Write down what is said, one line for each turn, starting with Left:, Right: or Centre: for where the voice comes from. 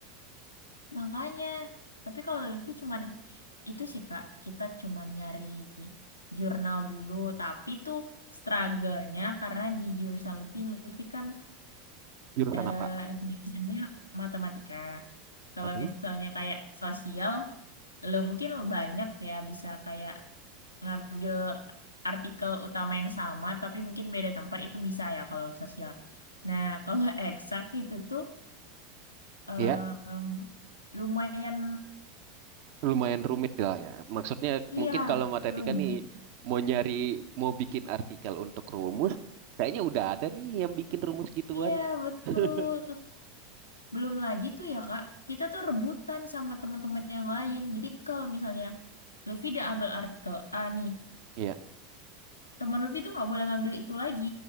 Left: Makanya, tapi kalau Lutfi cuman itu sih Kak, kita cuman nyari jurnal dulu, tapi tuh struggle-nya karena di jurusan Lutfi, Lutfi kan
Right: Jurusan
Left: eh,
Right: apa?
Left: jurusannya matematika. Kalau
Right: Waduh,
Left: misalnya kayak sosial, lo mungkin banyak ya bisa kayak ngambil artikel utama yang sama, tapi mungkin beda tempat itu bisa ya kalau sosial. Nah, kalau <laughs> eksak itu tuh em,
Right: ya
Left: lumayan
Right: lumayan rumit lah ya. Maksudnya
Left: Iya,
Right: mungkin kalau matematika
Left: rumit.
Right: nih mau nyari, mau bikin artikel untuk rumus, kayaknya udah ada nih yang bikin rumus gituan.
Left: Iya, betul.
Right: <laughs>
Left: Belum lagi tuh ya, Kak. Kita tuh rebutan sama teman-teman yang lain. Jadi kalau misalnya Lutfi udah ambil artikel A nih,
Right: Iya.
Left: teman Lutfi tuh nggak boleh ngambil itu lagi.